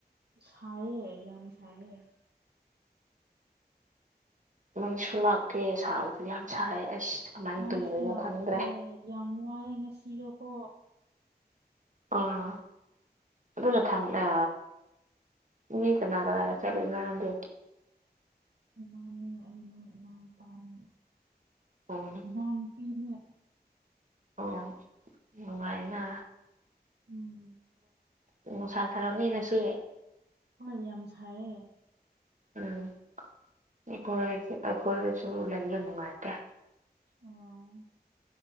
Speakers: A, on the right; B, on the right.
A: ꯁꯥꯏꯌ‌ꯦ ꯌꯥꯝ ꯁꯥꯏꯌꯦ
B: ꯃꯩꯁꯨ ꯂꯥꯛꯀꯦ ꯁꯥꯕꯁꯨ ꯌꯥꯝ ꯁꯥꯌ‌ꯦ ꯑꯁ ꯀꯃꯥꯏꯅ
A: ꯃꯥꯏꯁꯨ
B: ꯇꯨꯝꯗꯣꯏꯅꯣ
A: ꯂꯥꯛꯇꯦ
B: ꯈꯪꯗ꯭ꯔꯦ
A: ꯌꯥꯝ ꯋꯥꯏ ꯉꯁꯤꯗꯣꯀꯣ
B: ꯑꯥ ꯑꯗꯨꯅ
A: ꯊꯕꯛ
B: ꯊꯃꯤ ꯑ ꯃꯤ ꯀꯅꯥ ꯀꯅꯥ ꯆꯠꯂꯨꯏꯅꯣ ꯅꯪꯗꯤ
A: ꯏꯃꯥꯅꯦ ꯑꯩꯅꯦ ꯏꯅꯥꯎꯅꯨꯄꯥꯅ‌ꯦ
B: ꯑꯣ
A: ꯏꯝꯐꯥꯜ ꯅꯨꯄꯤꯅꯦ
B: ꯑꯣ ꯅꯨꯡꯉꯥꯏꯅ
A: ꯎꯝ
B: ꯅꯨꯡꯁꯥ ꯁꯥꯔꯝꯅꯤ ꯉꯁꯤ
A: ꯍꯣꯏ ꯌꯥꯝ ꯁꯥꯏꯌꯦ
B: ꯎꯝ ꯑꯩꯈꯣꯏ ꯑꯩꯈꯣꯏꯗꯁꯨ ꯂꯩꯕ ꯅꯨꯡꯉꯥꯏꯇꯦ
A: ꯑꯣ